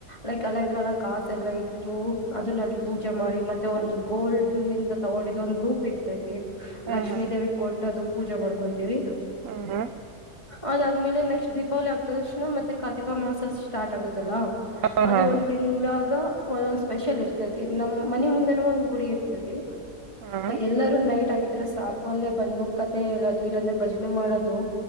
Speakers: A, on the left (about 20°); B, on the right (about 65°).
A: ಲೈಕ್ ಅಲೆ ಕಳ ಕಾಸ ಎಲ್ಲ ಇಟ್ಟು ಅದಲ್ಲಿ ಪೂಜೆ. ಪೂಜೆ ಮಾಡಿ ಮತ್ತೆ ಒಂದು ಗೋಲ್ಡ್ ನಿಂದ ತಗೊಂಡಿದ ಒಂದ್ ರೂಪ್ ಇರ್ತೈತಿ.
B: ಹಾ
A: ಲಕ್ಷ್ಮೀ
B: ಹಾ
A: ದೇವಿ ಕೊಟ್ ಅದು ಪೂಜೆ ಮಾಡ್ಕೊಂತೀವಿ.
B: ಹಾ
A: ಅದಾದ್ಮೇಲೆ ನೆಕ್ಸ್ಟ್ ದೀಪಾವಳಿ ಆಗ್ತದ ಅಕ್ಷ್ಣ ಮತ್ತೆ ಕಾರ್ತಿಕ ಮಾಸ. ಸ್ಟಾರ್ಟ್ ಆಗುತ್ತಲ್ಲಾ
B: ಹಾ
A: ಅದು
B: ಹಾ
A: ಒಂದ್
B: ಹಾ
A: ತಿಂಗಳಾಗ ಒಂದೊಂದು ಸ್ಪೆಷಲ್ ಇರ್ತೈತಿ. ನಮ್ಮ್ ಮನೆ ಮುಂದೆನ ಒಂದ್ ಗುಡಿ ಇರ್ತದೆ
B: ಹಾ
A: ಎಲ್ಲರೂ ನೈಟ್ ಆಗಿದ್ರೆ ಸಾಕ. ಅಲ್ಲೆ ಬಂದು ಕತೆ ಹೇಳೋದು ಇಲ್ಲಾಂದ್ರೆ ಭಜನೆ ಮಾಡೋದು.